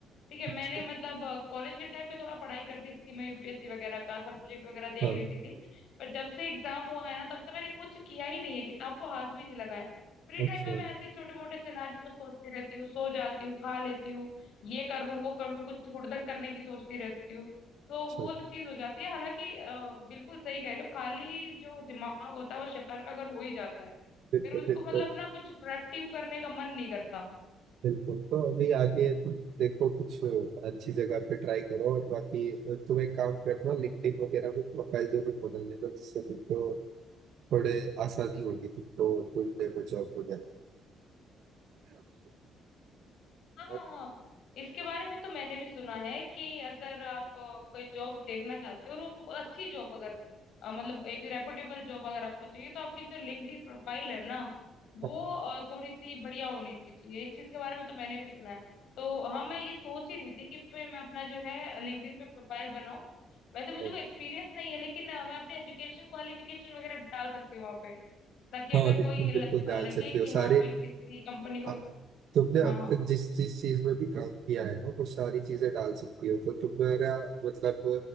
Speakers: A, on the left (about 75°); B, on the right (about 70°).
A: ठीक है मैंने
B: अच्छा
A: मतलब कॉलेज के टाइम पे थोड़ा पढ़ाई करती थी मैं यूपीएससी वगैरह का सब्जेक्ट वगैरह देख
B: हाँ
A: लेती थी पर जब से एग्जाम हुआ है ना तब से मैंने कुछ किया ही नहीं है किताब को हाथ भी नहीं लगाया फ्री
B: अच्छा
A: टाइम में मैं ऐसे छोटे मोटे सिनारियो सोचती रहती हूँ सो जाती हूँ खा लेती हूँ ये कर लूँ वो कर लूँ कुछ हुड़दंग करने की सोचती रहती हूँ तो
B: अच्छा
A: वो चीज हो जाती है हालांकि अ, बिल्कुल सही कह रहे हो खाली जो दिमाग होता है वो शैतान का घर हो ही जाता है
B: बिल्कुल
A: फिर उसको
B: बिल्कुल
A: मतलब ना कुछ प्रोडक्टिव करने का मन नहीं करता
B: बिल्कुल तो अभी आगे तुम देखो कुछ अच्छी जगह पे ट्राई करो और बाकी तुम एक काम करना लिंक्डइन वगैरह में प्रोफाइल जरूर बना लेना जिससे तुमको थोड़े आसानी होगी तुमको ढूंढने में जॉब वगैरह
A: हाँ
B: और-
A: इसके बारे में तो मैंने भी सुना है कि अगर आप अ, कोई जॉब देखना चाहते हो और वो अच्छी जॉब अगर अ, मतलब एक रेपुटेबल जॉब अगर आपको चाहिए तो आपकी जो लिंक्डइन प्रोफाइल है ना वो
B: हाँ
A: अ, थोड़ी सी बढ़िया होनी चाहिए इस चीज के बारे में तो मैंने भी सुना है तो हाँ मैं ये सोच ही रही थी कि मैं मैं अपना जो है लिंक्डइन पे प्रोफाइल बनाऊं वैसे मुझे
B: हाँ,
A: कोई एक्सपीरियंस नहीं है लेकिन अ, मैं अपने एजुकेशन क्वालिफिकेशन वगैरह डाल सकती हूँ वहाँ पे ताकि
B: हाँ,
A: अगर
B: बिल्कुल
A: कोई ल-
B: बिल्कुल डाल
A: लगे
B: सकते
A: कि
B: हो सारे
A: हाँ भाई किसी कंपनी को
B: आप- तुमने
A: हाँ
B: अब
A: हाँ
B: तक जिस जिस चीज में भी काम किया है ना वो सारी चीजें डाल सकती हो तो तुम्हारा मतलब